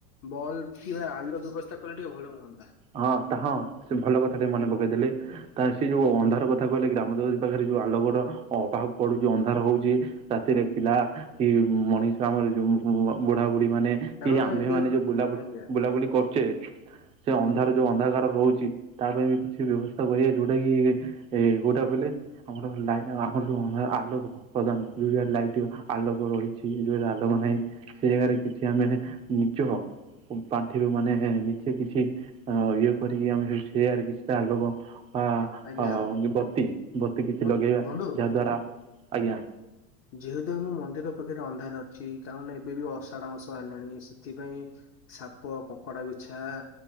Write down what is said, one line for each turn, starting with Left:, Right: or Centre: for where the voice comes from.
Left: ବଲବ କିବା ଆଲୁଅ ବ୍ୟବସ୍ଥା କଲେ ଟିକେ ଭଲ ହୁଅନ୍ତା।
Right: ହଁ ତା ହଁ ସେ ଭଲ କଥା ଟିକେ ମନେ ପକେଇଦେଲେ ତା ସେ ଯୋଉ ଅନ୍ଧାର କଥା କହିଲେ ଗ୍ରାମ ଦେବତୀ ପାଖରେ ଯୋଉ ଆଲଗଡ ପାହା ପଡୁଛି ଉ ଅନ୍ଧାର ହଉଛି। ରାତିରେ ପିଲା କି ମଣିଷ ଆମର ଯୋଉ ବୁଢା ବୁଢୀ ମାନେ କି
Left: କାରଣ
Right: ଆମ୍ଭେ
Left: ଏବେ
Right: ମାନେ ଯୋଉ ବୁଲାବୁଲି
Left: ଆଜ୍ଞା
Right: ବୁଲାବୁଲି କରୁଛେ। ସେ ଅନ୍ଧାର ଯୋଉ ଅନ୍ଧକାରାର ରହୁଛି ତା ପାଇଁ ବି କିଛି ବ୍ୟବସ୍ଥା କରିବା ଯୋଉଟା କି ଏ କୋଉ ଟା କହିଲେ ଆମର ଆମର ଆଲୋକ ପ୍ରଧାନ ଯୋଉ ଜାଗାରେ ଲାଇଟ ଆଲୋକ ରହିଛି ଯୋଉରେ ଆଲୋକ ନାହିଁ। ସେ ଜାଗାରେ କିଛି ଆମେ ନିଜ ପାଣ୍ଠିରୁ ମାନେ ନିଜେ କିଛି। ହ ଇଏ କରିକି ଆମେ ଯଦି ସେୟାର କିଛିଟା ଆଲୋକ ଆ
Left: ଆଜ୍ଞା
Right: ଆ ବତୀ ବତୀ କିଛି
Left: ବନ୍ଧୁ
Right: ଲଗେଇବା
Left: ବନ୍ଧୁ
Right: ଯାହା ଦ୍ଵାରା ଆଜ୍ଞା
Left: ଯେହେତୁ ଆମ ମନ୍ଦିର ପାଖରେ ଅନ୍ଧାର ଅଛି କାରଣ ଏବେ ବି ଅଷାଢ ମାସ ହେଲାଣି ସେଥିପାଇଁ ସାପ କଙ୍କଡା ବିଛା